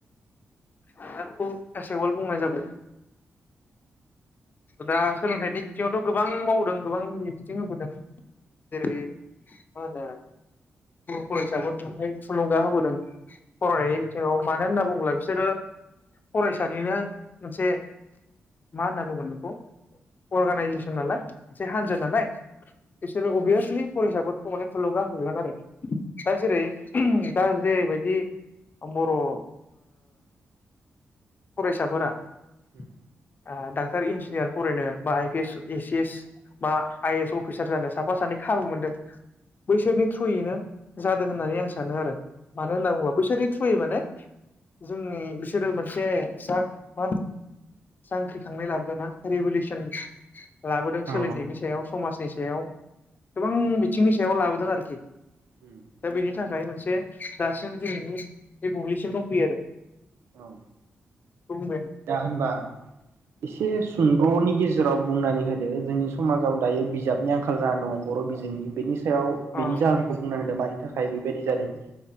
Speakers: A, on the left; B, on the right.
A: <unintelligible> बुंनाय जाबाय दा सोलोंथाइनि बिथिङावथ' गोबां माव जों गोबां बिदिनथि होबोदों जेरै मा होनो बर' फरायसाफोर बेयावहाय थुलुंगा होबोदों। फरायनाय
B: उम
A: बिथिङाव मानो होनना बुंङोब्ला बि सोरो फरायसानिनो मोनसे मा होनना बुंगोन बेखौ अर्गानाइजेसन नालाय मोनसे हानजा नालाय बिसोरो अभियासलि फरायसाफोरखौ माने थुलुंगा <unintelligible> आरो दा जेरै नोंथाङा जेरै बायदि। बर' ओ फरायसाफोरा <unintelligible>
B: उम
A: र इन्जिनियार फरायनो बा I P S A C S बा आइ ए एस अफिसार जानो साफा सानै खाबु मोनदों बैसोरनि थ्रुयैनो जादों होननानै आं सा मानो होनना बुङोबा बिसोरनि थ्रुयै माने जोंनि बिसोरो मोनसे मा होनो जांख्रिखांनाय लाबोदोंना रिभुलसन लाबोदों सोलोंथाइनि
B: औ
A: सायाव समाजनि सायाव गोबां बिथिंनि सायाव लाबोदों आरोखि
B: उम।
A: दा बेनि थाखाय मोनसे दासिम जोंनि बे बुब्लिसिम दं फैयो आरो।
B: औ
A: बेखौ बुंबाय
B: दा होनबा एसे सुंद'नि गेजे राव बुंनानै होदो जोंनि समाजाव दायो बिजाबनि आंखाल जानानै दङ बर' बिजोंनि बेनि सायाव बेनि
A: आं
B: जाहोनखौ बुंना होदों मानि थाखाय थाखाय बेबायदि जादों-